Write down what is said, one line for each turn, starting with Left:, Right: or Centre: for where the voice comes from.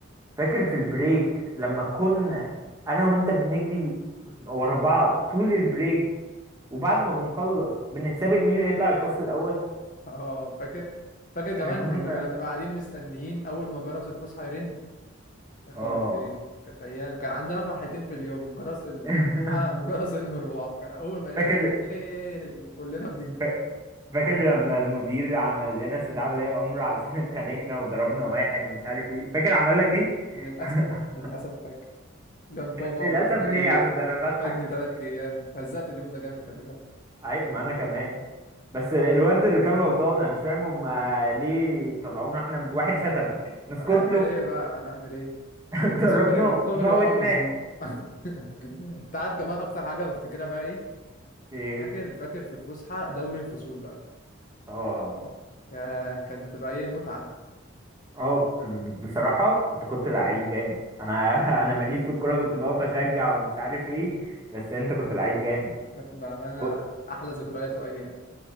Right: فاكر في البريك لما كنا انا وانت بنجري ورا بعض طول البريك وبعد ما بنخلص بنتسابق مين اللي يطلع الفصل الاول
Left: <laughs> اه فاكر فاكر كمان
Right: احنا كنا
Left: لما كنا بنبقى قاعدين مستنيين اول ما جرس الفسحه يرن يا خرابي
Right: اه
Left: كانت ايام كان عندنا فرحتين في اليوم جرس الفسحه
Right: <laughs>
Left: وجرس المروح كان اول ما يرن
Right: فاكر
Left: إيه، كلنا بنجري
Right: فا- فاكر لما المدير عمل لنا استدعاء ولي امر علشان اتخانقنا وضربنا واحد ومش عارف ايه فاكر عمل لك ايه
Left: للاسف
Right: <laughs>
Left: للاسف فاكر جاب بابا
Right: للاسف
Left: واداني
Right: ليه يا عم ده انا بضحك
Left: رفدني ثلاث ايام فزقت اليوم ده جامد خلي بالك
Right: عيب ما انا كمان بس الواد اللي كان غلطان انا مش فاهم هم ليه طلعونا احنا واحد شتمك نسكت
Left: هنعمل
Right: له
Left: ايه بقى هنعمل ايه
Right: <laughs>
Left: من
Right: ضربناه
Left: صغري من صغري
Right: موتناه
Left: وانا مظلوم <laughs> انت عارف كمان اكتر حاجه بفتكرها بقى ايه
Right: ايه
Left: فاكر فاكر في الفسحه دوري الفصول بقى
Right: اه
Left: يا كانت بتبقى ايه متعه
Right: اه بصراحة انت كنت لعيب جامد انا <laughs> انا ماليش في الكورة كنت بقف اشجع ومش عارف ايه بس انت كنت لعيب جامد
Left: كانت بامانه
Right: ب...
Left: احلى ذكريات وايام